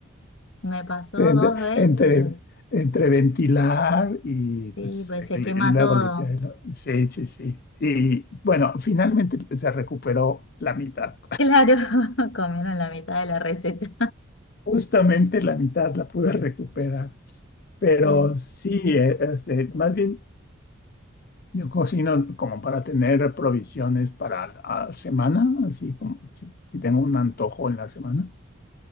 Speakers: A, on the left (about 65°); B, on the left (about 45°).
A: Me pasó
B: de-
A: dos veces.
B: entre, entre ventilar y
A: Sí,
B: pues,
A: pues se
B: li-
A: quema
B: luego
A: todo.
B: limpiar. el- Sí, sí, sí. Y bueno, finalmente se recuperó la mitad.
A: Claro, <laughs> comieron la mitad de la receta.
B: Justamente la mitad la pude recuperar. Pero
A: <laughs> Sí.
B: sí, eh, este, más bien Yo cocino como para tener provisiones para la semana, así como si, si tengo un antojo en la semana,